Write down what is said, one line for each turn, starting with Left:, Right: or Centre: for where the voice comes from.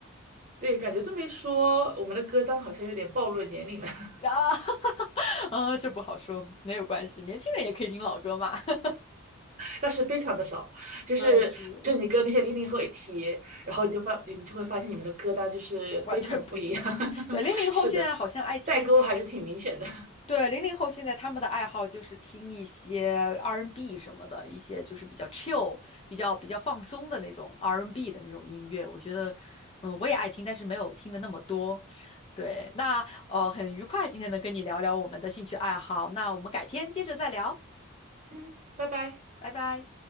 Right: 对，感觉这么一说，我们的歌单好像有点暴露年龄了，<laughs>
Left: 啊，<laughs> 啊，这不好说，没有关系，年轻人也可以听老歌嘛。<laughs>
Right: 但是非常的少。就是就你跟那些零零后一提，
Left: 嗯，是
Right: 然后你就发你就会发现你们的歌单就是非常的不一样。
Left: 完全不一样。
Right: <laughs>
Left: 对，零零后现在好像爱听。
Right: 是的，代沟还是挺明显的。
Left: 对，零零后现在他们的爱好就是听一些 R&B n 什么的，一些就是比较 chill、比较比较放松的那种 R&B n 的那种音乐。我觉得，嗯，我也爱听，但是没有听的那么多。对，那呃，很愉快今天能跟你聊聊我们的兴趣爱好。那我们改天接着再聊，
Right: <laughs> 嗯，拜拜。
Left: 拜拜。